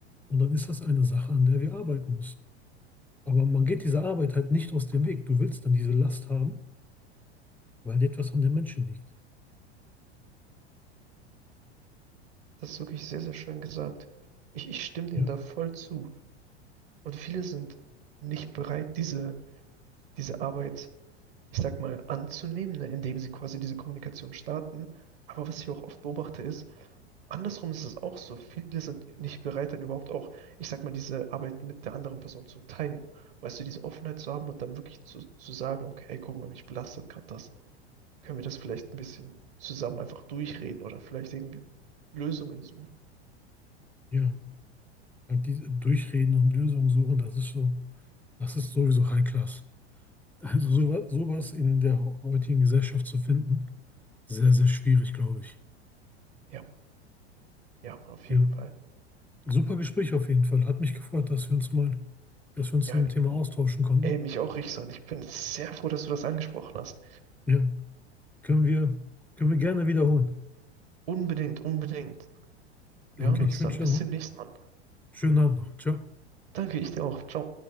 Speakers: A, in the centre; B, on the right.
A: Und dann ist das eine Sache, an der wir arbeiten müssen. Aber man geht dieser Arbeit halt nicht aus dem Weg. Du willst dann diese Last haben, weil dir etwas an den Menschen liegt.
B: Das ist wirklich sehr, sehr schön gesagt. Ich, ich stimme dem
A: Ja,
B: da voll zu. Und viele sind nicht bereit, diese, diese Arbeit, ich sag mal, anzunehmen, ne, indem sie quasi diese Kommunikation starten. Aber was ich auch oft beobachte ist, andersrum ist es auch so. Viele sind nicht bereit, dann überhaupt auch, ich sag mal, diese Arbeit mit der anderen Person zu teilen. Weißt du, diese Offenheit zu haben und dann wirklich zu, zu sagen, okay, ey, guck mal, mich belastet gerade das. können wir das vielleicht ein bisschen zusammen einfach durchreden oder vielleicht irgendwie Lösungen suchen.
A: ja. Halt diese Durchreden und Lösungen suchen, das ist so, das ist sowieso High Class. Also sowas, sowas in der heutigen Gesellschaft zu finden, sehr, sehr schwierig, glaube ich.
B: Ja, ja, auf
A: Ja.
B: jeden Fall.
A: Super Gespräch auf jeden Fall. Hat mich gefreut, dass wir uns mal, dass wir uns
B: Ja,
A: in dem Thema austauschen konnten.
B: ey, mich auch, Richsan. Ich bin sehr froh, dass du das angesprochen hast.
A: Ja, können wir, können wir gerne wiederholen.
B: Unbedingt, unbedingt. Wir
A: Okay,
B: hören uns
A: ich wünsche
B: dann. Bis
A: dir noch
B: zum
A: einen
B: nächsten Mal.
A: schönen Abend noch. Ciao.
B: Danke, ich dir auch. Ciao.